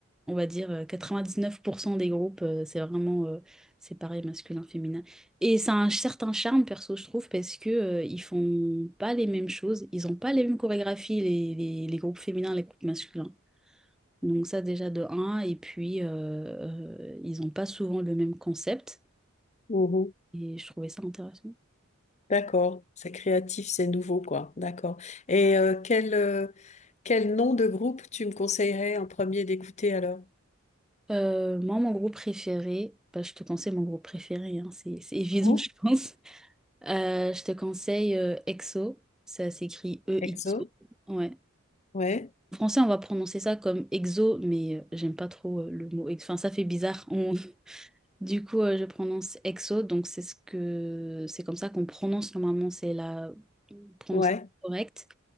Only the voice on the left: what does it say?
Mhm.
D'accord, c'est créatif, c'est nouveau, quoi. D'accord. Et euh, quel, euh, quel nom de groupe tu me conseillerais en premier d'écouter alors?
Hein
EXO?
Ouais,
ouais,